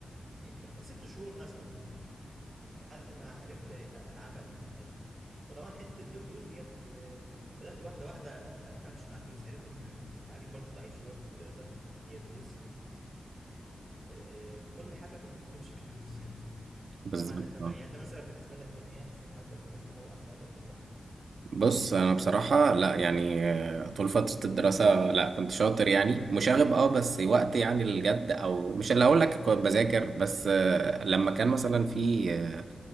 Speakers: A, on the right; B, on the right.
A: يعني ست شهور مثلا لحد ما عرفت اتعامل مع الناس دي وطبعا حته الدروس ديت آه، بدات واحده واحده آه، امشي مع الدروس عرفت ان التعليم برضو ضعيف شويه في المدرسه هي دروس آه، كل حاجه بت- بتمشي بالدروس هنا
B: بالظبط
A: طبعا انت ما يعني انت مثلا بالنسبه لك كان ايه احسن ماده بتحبها واحسن ماده بتكرهها
B: بص انا بصراحه لا يعني آه، طول فتره الدراسه لا كنت شاطر يعني مشاغب اه بس وقت يعني الجد او مش اللي اقول لك كنت بذاكر بس آه، لما كان مثلا في آه،